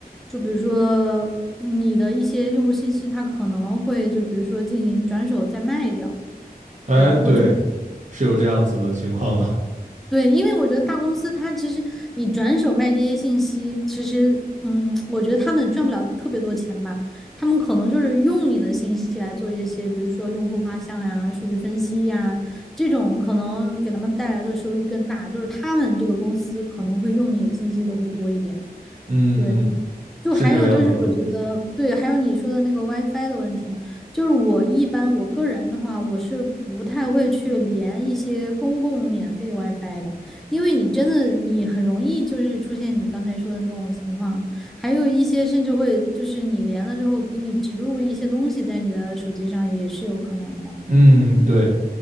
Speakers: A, in the centre; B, on the right.
A: 就比如说你的一些用户信息，它可能会就比如说进行转手再卖掉。
B: 哎，
A: 对，
B: 对，
A: 我觉
B: 是有这样子的情况的。
A: 对，因为我觉得大公司它其实你转手卖这些信息，其实嗯，我觉得他们赚不了特别多钱吧，他们可能就是用你的信息来做一些，比如说用户画像呀、数据分析呀这种，可能给他们带来的收益更大，就是他们这个公司可能会用你的信息都会多一点。
B: <laughs> 嗯，
A: 对，就还有就是，
B: 是这个样子的。
A: 我觉得对，还有你说的那个 WiFi 的问题嘛，就是我一般我个人的话，我是不太会去连一些公共免费 WiFi 的，因为你真的你很容易就是出现你刚才说的那种情况，还有一些甚至会就是你连了之后给你植入一些东西在你的手机上也是有可能的，
B: 嗯，对。